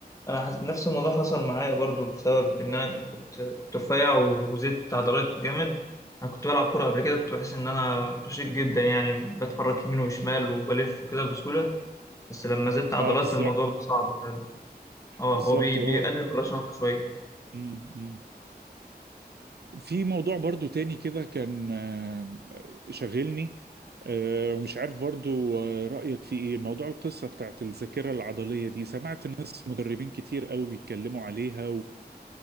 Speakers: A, on the left; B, on the right.
A: أنا حس... نفس الموضوع حصل معايا برضو بسبب إن أنا كنت كنت رفيع وزدت عضلات جامد أنا كنت بلعب كورة قبل كده كنت بحس إن أنا رشيق جدا يعني بتحرك يمين وشمال وبلف وكده بسهولة بس لما زدت عضلات
B: اه بالظبط
A: الموضوع بقى صعب اه
B: بالظبط
A: هو بي-
B: هو
A: بيقلل من الرشاقة شوية
B: مم، مم. في موضوع برضو تاني كده كان آه، شاغلني آه، ومش عارف برضو آه، رأيك في ايه موضوع القصة بتاعت الذاكرة العضلية دي سمعت ناس مدربين كتير قوي بيتكلموا عليها